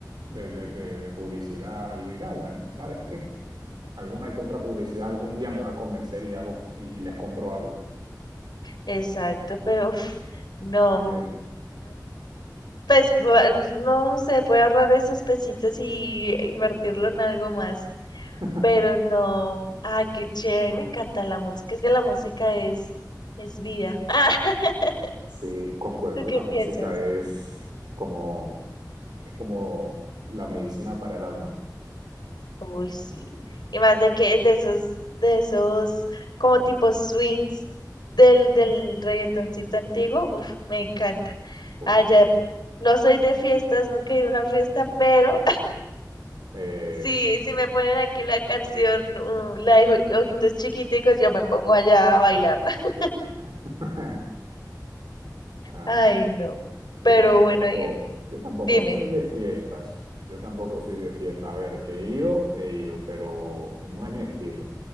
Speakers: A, on the right (about 80°); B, on the left (about 80°).
A: de, de, de- de publicidad y yo diga, "Ah, bueno, ¿sabes qué? Alguna que otra publicidad algún día me va a convencer y hago y, y les compro algo.
B: Exacto, pero uf, no,
A: Eh,
B: Pues va- no se puede ahorrar esos pesitos y invertirlo en algo más.
A: <laughs>
B: Pero no. Ay, qué chévere. Me encanta la música. Es que la música es, es vida. <laughs>
A: Sí, concuerdo,
B: ¿Tú qué
A: la
B: piensas?
A: música es como como la medicina para el alma.
B: Uy, sí. Y más de que de esos, de esos como tipo swings del, del reggaetoncito antiguo, uf, me encanta.
A: Uy,
B: Allá, no soy de fiestas, nunca he ido a una fiesta, pero
A: eh,
B: Sí, si me ponen aquí la canción, uh, la de Oji- Ojitos Chiquiticos, yo me pongo allá a bailar. <laughs>
A: <laughs> ah,
B: Ay, no.
A: yo
B: Pero
A: tampoco,
B: bueno, eh,
A: yo tampoco
B: dime,
A: soy de fiestas. Yo tampoco soy de fiesta. A ver, que he ido, he ido, pero no es mi estilo,